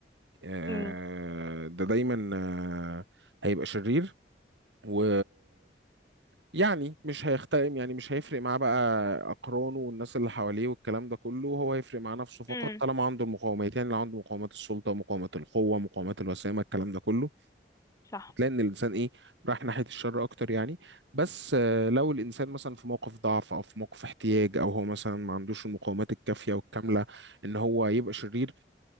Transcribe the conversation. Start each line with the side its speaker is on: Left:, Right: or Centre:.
Right: آه،
Left: امم
Right: ده دايما آه، هيبقى شرير و يعني مش هيختلف يعني مش هيفرق معاه بقى أقرانه والناس اللي حواليه والكلام ده كله هو هيفرق مع نفسه فقط
Left: امم
Right: طالما عنده المقاومات يعني لو عنده مقاومات السلطة مقاومات القوة مقاومات الوسامة الكلام ده كله
Left: صح
Right: تلاقي إن الإنسان إيه راح ناحية الشر أكتر يعني بس آه، لو الإنسان مثلا في موقف ضعف أو في موقف احتياج أو هو مثلا ما عندوش المقاومات الكافية والكاملة إن هو يبقى شرير